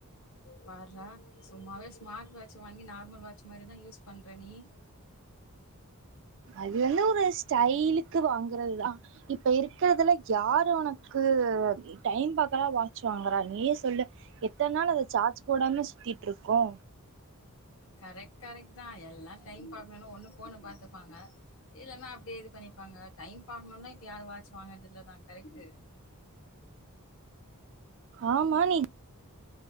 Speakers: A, on the left; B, on the right.
A: பார்றா சும்மாவே ஸ்மார்ட் வாட்ச் வாங்கி நார்மல் வாட்ச் மாரிதா யூஸ் பண்ற நீ
B: அது வந்து ஒரு ஸ்டையிலுக்கு வாங்குறதுதா இப்ப இருக்கறதுல யார் உனக் க்கு டைம் பாக்கலா வாட்ச் வாங்குற நீயே சொல்லு எத்தன் நாள் அத சார்ஜ் போடாம சுத்திட்ருக்கோ
A: கரெக்ட் கரெக்ட் தான் எல்லா டைம் பாக்றனு ஒண்ணு ஃபோன பாத்துப்பாங்க இல்லனா அப்டியே இது பண்ணிப்பாங்க டைம் பாக்கணுன்னு இப்ப யாரு வாட்ச் வாங்கறதில்லதா கரெக் ட்டு
B: ஆமா நீ